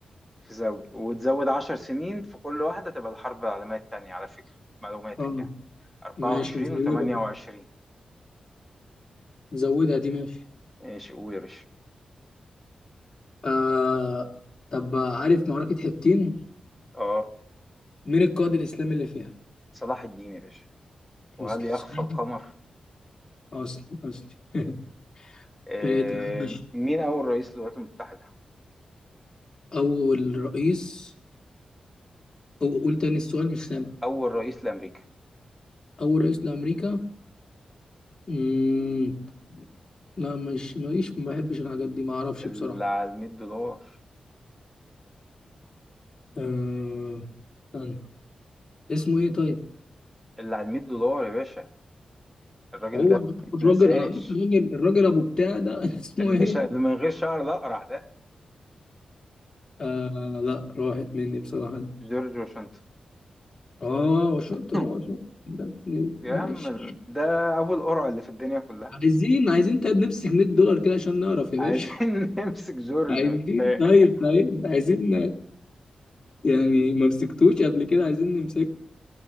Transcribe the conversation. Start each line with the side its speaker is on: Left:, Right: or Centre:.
Centre: في زوج وتزود 10 سنين في كل واحدة تبقى الحرب العالمية التانية على فكرة معلوماتك
Left: اه
Centre: يعني 24
Left: ماشي زي
Centre: و28
Left: ده زودها دي ماشي
Centre: ماشي قول يا باشا
Left: آه طب عارف معركة حطين
Centre: اه
Left: مين القائد الإسلامي اللي فيها؟
Centre: صلاح الدين يا باشا وهل
Left: مسلم
Centre: يخفى القمر
Left: مسلم مسلم <laughs>
Centre: آه
Left: طيب، طب ماشي.
Centre: مين أول رئيس للولايات المتحدة
Left: أول رئيس أو قول تاني السؤال مش سامع
Centre: أول رئيس لأمريكا
Left: أول رئيس لأمريكا مم... لا مش ماليش ما بحبش الحاجات دي ما أعرفش
Centre: اللي
Left: بصراحة
Centre: على 100 دولار
Left: آه... استنى اسمه إيه طيب؟
Centre: اللي على 100 دولار يا باشا الراجل
Left: هو
Centre: ده ما
Left: أنا عارف
Centre: يتنساش
Left: الراجل أنا عارف الراجل الراجل أبو بتاع ده <laughs> اسمه
Centre: اللي,
Left: إيه؟
Centre: شا... اللي من غير شعر الأقرع ده
Left: آه لا راحت مني بصراحة
Centre: جورج واشنطن
Left: اه وشلت
Centre: <laughs>
Left: نقط ده بن-
Centre: يا
Left: ماشي
Centre: عم ده ابو القرع اللي في الدنيا كلها
Left: عايزين عايزين طيب نمسك 100 دولار كده عشان نعرف يا
Centre: عايزين
Left: باشا
Centre: <laughs> نمسك جورج
Left: <laughs> عايزين
Centre: من قفاه.
Left: طيب طيب عايزين يعني ما مسكتوش قبل كده عايزين نمسكه